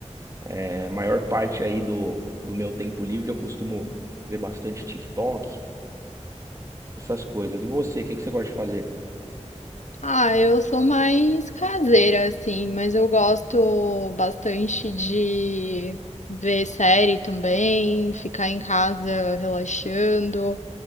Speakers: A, on the right; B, on the left.
A: É, a maior parte aí do, do meu tempo livre eu costumo ver bastante TikTok, essas coisas. E você, o que que você gosta de fazer?
B: Ah, eu sou mais caseira, assim, mas eu gosto bastante de ver série também, ficar em casa relaxando.